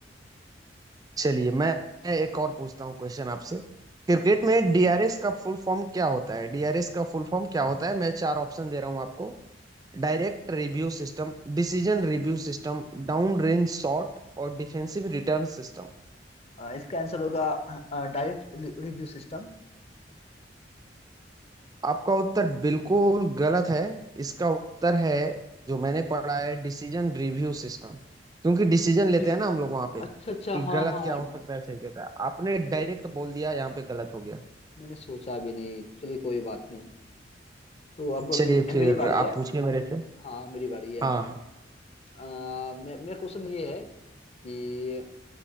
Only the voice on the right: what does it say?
चलिए मैं मैं एक और पूछता हूँ क्वेश्चन आपसे क्रिकेट में डीआरएस का फुल फॉर्म क्या होता है डीआरएस का फुल फॉर्म क्या होता है मैं चार ऑप्शन दे रहा हूँ आपको Direct review system decision review system down range shot और डिफेंसिव रिटर्न सिस्टम
आपका उत्तर बिल्कुल गलत है इसका उत्तर है जो मैंने पढ़ा है डिसीजन रिव्यू सिस्टम क्योंकि डिसीजन
लेते हैं ना हम लोग वहां पे
कि
गलत
क्या हो सकता है सही कहता है आपने
डायरेक्ट बोल दिया यहाँ पे गलत हो गया
चलिए
फिर
आप
पूछिए मेरे से
हाँ